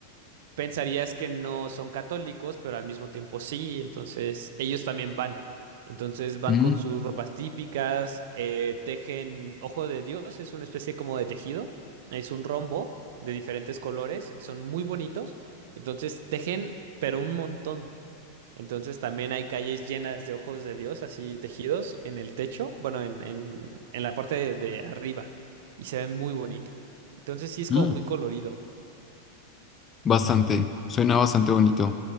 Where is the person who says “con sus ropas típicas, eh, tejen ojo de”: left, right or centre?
Right